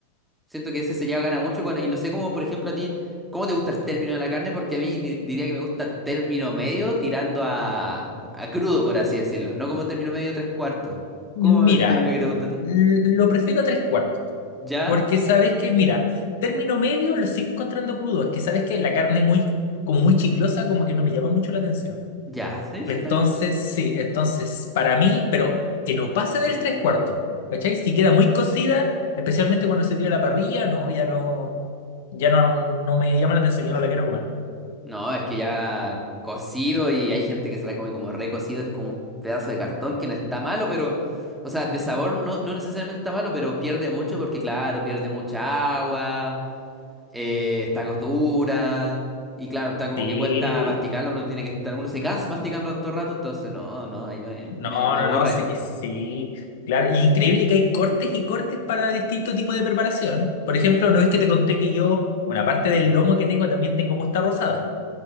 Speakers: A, in the centre; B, on the left (about 55°).
A: Siento que ese sellado gana mucho. Bueno, y no sé cómo, por ejemplo, a ti, ¿cómo te gusta el término de la carne? Porque a mí me- diría que me gusta término medio tirando a, a crudo, por así decirlo. No como término medio tres cuartos.
B: Mira,
A: ¿Cómo es el término que te gusta a ti?
B: l- lo prefiero a tres cuartos,
A: ¿Ya?
B: porque sabes que, mira, término medio lo sigo encontrando crudo, es que sabes que la carne muy, como muy chiclosa, como que no me llama mucho la atención.
A: ¿Ya? ¿Sí?
B: Entonces,
A: ¿Sí está bien?
B: sí, entonces, para mí, pero que no pase del tres cuartos, ¿cachai? Si queda muy cocida, especialmente cuando se tira a la parrilla, no, ya no, ya no, no me llama la atención, ya no la quiero comer.
A: No, es que ya cocido y hay gente que se la come como recocido. Es como un pedazo de cartón que no está malo, pero... O sea, de sabor no, no necesariamente está malo, pero pierde mucho porque, claro, pierde mucha agua. eh, está dura. Y claro, está como
B: Sí,
A: que cuesta masticarlo, uno tiene que estar, uno se cansa masticando tanto rato, entonces no, no, ahí me, me,
B: No,
A: me aburre.
B: no, no, sí, sí, claro. Y increíble que hay cortes y cortes para distintos tipos de preparación. Por ejemplo, no es que te conté que yo, una parte del lomo que tengo, también tengo posta rosada.